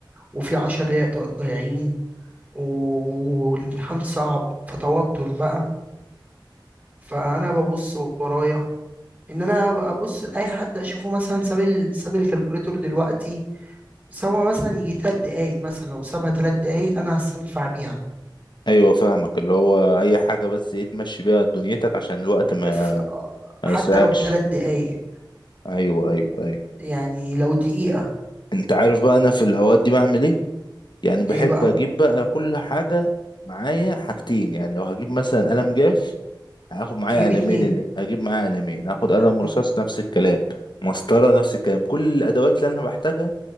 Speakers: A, on the right; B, on the left.
A: وفي عشر دقايق ض- ضايعين و- والامتحان صعب فتوتر بقى فأنا ببص ورايا إن أنا ببص لأي حد أشوفه مثلا ساب ال- ساب الكالكوليتور دلوقتي سابها مثلا يجي تلات دقايق مثلا لو سابها تلات دقايق أنا هستنفع بيها
B: ايوه فاهمك اللي هو اي حاجة بس ايه تمشي بيها دنيتك عشان الوقت ما
A: ف-
B: ما
A: حتى
B: يسرقكش
A: لو تلات دقايق
B: ايوه ايوه ايوه
A: يعني لو دقيقة
B: انت عارف بقى انا في الاوقات دي بعمل ايه يعني بحب
A: إيه بقى
B: اجيب بقى كل حاجة معايا حاجتين يعني لو هجيب مثلا قلم جاف هاخد معايا
A: تجيب
B: قلمين
A: اتنين
B: اللي اجيب معايا قلمين هاخد قلم
A: م-
B: رصاص نفس الكلام مسطرة نفس الكلام كل الادوات اللي انا بحتاجها